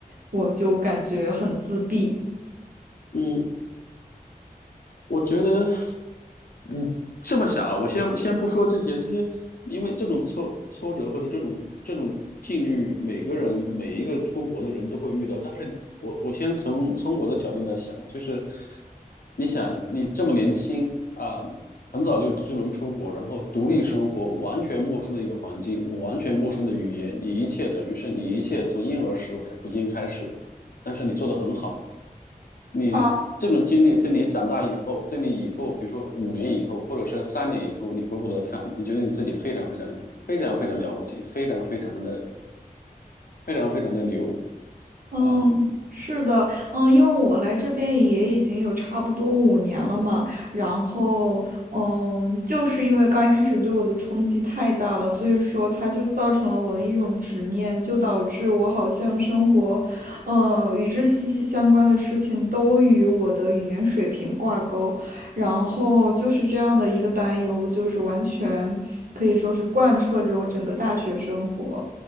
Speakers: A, on the right; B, on the left.
A: 我就感觉很自闭。
B: 嗯，我觉得，你这么想啊，我先先不说这些，这些，因为这种挫挫折或者这种这种境遇，每个人每一个出国的人都会遇到。但是我我先从从我的角度来想，就是你想你这么年轻啊、很早就就能出国，然后独立生活，完全陌生的一个环境，完全陌生的语言，你一切等于是你一切从婴儿时候开重新开始，但是你做得很好。你这种经历对你长大以后，
A: 啊，
B: 对你以后，比如说五年以后，或者是三年以后，你回过头看，你觉得你自己非常非常非常非常了不起，非常非常的非常非常的牛
A: 嗯，
B: 啊！嗯
A: 是的，嗯，因为我来这边也已经有差不多五年了嘛，然后，嗯，就是因为刚一开始对我的冲击太大了，所以说它就造成了我的一种执念，就导致我好像生活，嗯，与之息息相关的事情都与我的语言水平挂钩，然后就是这样的一个担忧，就是完全可以说是贯彻着我整个大学生活。